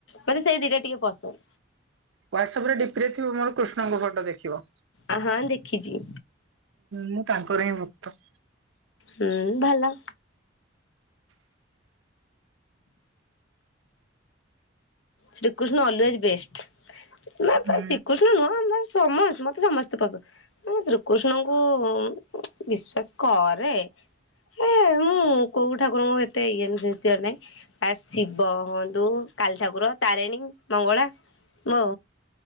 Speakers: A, on the left (about 80°); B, on the right (about 85°).
A: ମତେ ସେଇ ଦିଟା ଟିକେ ପସନ୍ଦ୍।
B: ୱାଟ୍ସଅପ୍ ରେ ଡ଼ିପିରେ ଥିବ, ମୋର କୃଷ୍ଣଙ୍କ ଫଟୋ ଦେଖିବ।
A: ଅ ହଁ ଦେଖିଛି।
B: ମୁଁ ତାଙ୍କର ହିଁ ଭକ୍ତ।
A: ହୁଁ ଭଲ। ଶ୍ରୀକୃଷ୍ଣ ଅଲୱେଜ ବେଷ୍ଟ ନା
B: ହୁଁ
A: ତା ଶ୍ରୀକୁସ ନ ନୁହଁ ମତେ ସମସ୍ ମତେ ସମସ୍ତେ ପସନ୍ଦ। ମୁଁ ଶ୍ରୀକୃଷ୍ଣଙ୍କୁ ଉଁ ଉଁ ବିଶ୍ଵାସ କରେ। ଏ ମୁଁ କୋଉ ଠାକୁରଙ୍କୁ ଏତେ ଇଏ ପୂଜିଆର ନାଇ। ଆ ଶିବ ହୁଅନ୍ତୁ କାଳୀ ଠାକୁର ତାରିଣୀ, ମଙ୍ଗଳା ବୋ।